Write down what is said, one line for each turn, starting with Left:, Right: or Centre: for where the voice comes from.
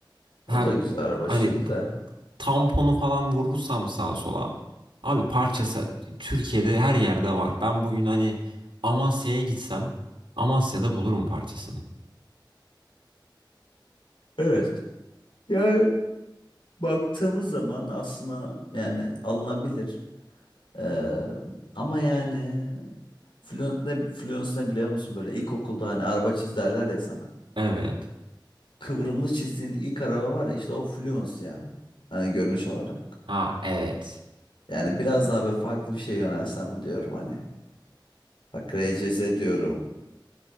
Right: Hem
Left: O da güzel araba
Right: hani
Left: şimdi de.
Right: tamponu falan vurursam sağa sola. Abi parçası Türkiye'de her yerde var. Ben bugün hani Amasya'ya gitsem Amasya'da bulurum parçasını.
Left: Evet. Yani baktığımız zaman aslında yani alınabilir. Ee, ama yani Fluent ne, Fluence ne biliyor musun böyle ilkokulda hani araba çiz derler ya sana.
Right: Evet.
Left: Kıvrımlı çizdiğin ilk araba var ya işte o Fluence ya. Hani görünüş olarak.
Right: Ha evet.
Left: Yani biraz daha böyle farklı bir şey yönelsem mi diyorum hani. Bak RCZ diyorum.